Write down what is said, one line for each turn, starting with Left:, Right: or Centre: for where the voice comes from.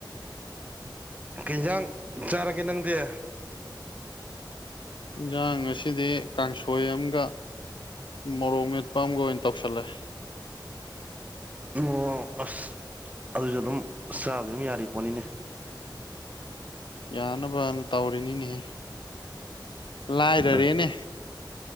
Right: ꯀꯩꯖꯥꯡ ꯆꯥꯔꯒꯦ ꯅꯪꯗꯤ
Left: ꯏꯟꯖꯥꯡ ꯑꯁꯤꯗꯤ ꯀꯥꯡꯁꯣꯏ ꯑꯝꯒ ꯃꯣꯔꯣꯛ ꯃꯦꯠꯄ ꯑꯃꯒ ꯑꯣꯏꯅ ꯇꯧꯁꯜꯂꯦ
Right: ꯑꯣ ꯑꯁ ꯑꯗꯨꯖꯨ ꯑꯗꯨꯝ ꯆꯥꯕꯗꯤ ꯑꯗꯨꯝ ꯌꯥꯔꯤ ꯄꯣꯠꯅꯤꯅꯦ
Left: ꯌꯥꯅꯕꯅ ꯇꯧꯔꯤꯅꯤꯅꯦꯍꯦ ꯂꯥꯏꯔꯔꯦꯅꯦ
Right: ꯑꯁ